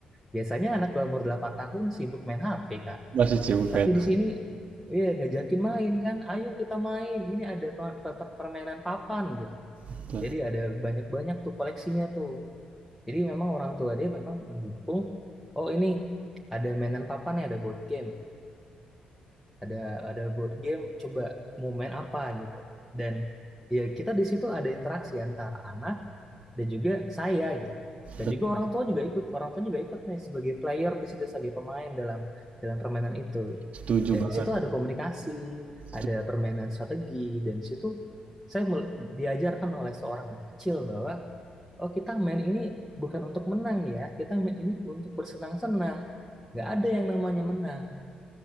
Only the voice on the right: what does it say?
Masih sibuk
pengen.
Betul,
betul.
Setuju
banget.
Setuju.